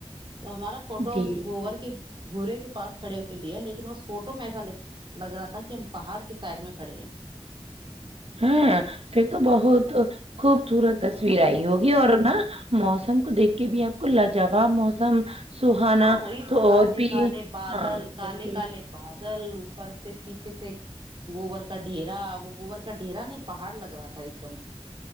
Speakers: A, on the right; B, on the right.
A: تو ہمارا فوٹو
B: جی
A: گوبر کے بھورے کے پاس کھڑے ہو کے لیے لیکن اس فوٹو میں ایسا لگ رہا تھا کہ ہم پہاڑ کے سائڈ میں کھڑے ہیں
B: ہاں پ تو بہت خوب <unintelligible> خوبصورت تصویر آئی ہوگی اور نا موسم کو دیکھ کے بھی آپ کو لاجواب موسم سہانا
A: ہاں وہی تو کالے
B: اور بھی
A: کالے بادل
B: ہاں
A: کالے
B: بالکل
A: کالے بادل ل اوپر سے پیچھے سے گوبر کا ڈھیرا وہ گوبر کا ڈھیرا نہیں پہاڑ لگ رہا تھا ایک دم